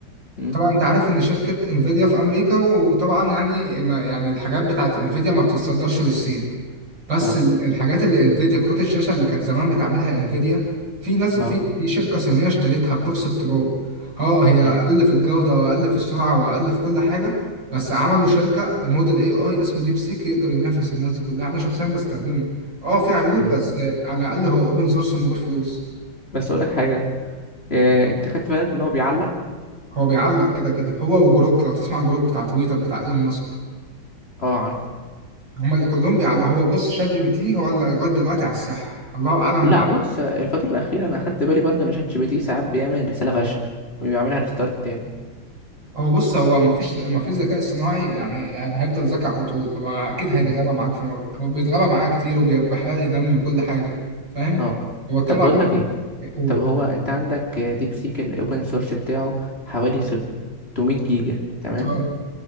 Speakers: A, on the left; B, on the right.
A: امم
B: طبعا انت عارف ان شركة انفيديا في امريكا وطبعا يعني ما يعني الحاجات بتاعت انفيديا ما بتتصدرش للصين بس
A: اه
B: ال- الحاجات اللي انفيديا كروت الشاشة اللي كانت زمان بتعملها انفيديا في ناس في
A: اه
B: في شركة صينية اشترتها برخص التراب اه هي
A: حلو
B: اقل في الجودة واقل في السرعة واقل في كل حاجة بس عملوا شركة موديل اي اي اسمه ديب سيك يقدر ينافس الناس دي كلها انا شخصيا بستخدمه اه في عيوب
A: امم
B: بس على الاقل هو اوبن سورس من غير فلوس
A: بس اقول لك حاجه آه انت خدت بالك ان هو بيعلق
B: هو بيعلق كده كده هو وجروك لو تسمع جروك بتاع تويتر بتاع ايلون ماسك
A: اه عارف
B: هما اللي كلهم بيعلق هو بص شات جي بي تي هو اللي لغايه دلوقتي على الساحه الله اعلم
A: لا
B: بعد
A: بص آه، الفتره الاخيره انا خدت بالي برضو ان شات جي بي تي ساعات بيعمل رساله فاشله وبيعملها ريستارت تاني
B: هو بص هو مفيش مفيش ذكاء اصطناعي يعني يعني هيفضل ذكي على طول هو اكيد هيتغابى
A: امم
B: معاك في مره هو بيتغابى معايا كتير وبيحرق لي دمي وكل حاجه فاهم
A: اه
B: وبطلع
A: طب بقول
B: تاني
A: لك ايه
B: هو
A: طب هو انت عندك ديب سيك الاوبن سورس بتاعه حوالي 600 جيجا تمام
B: آه.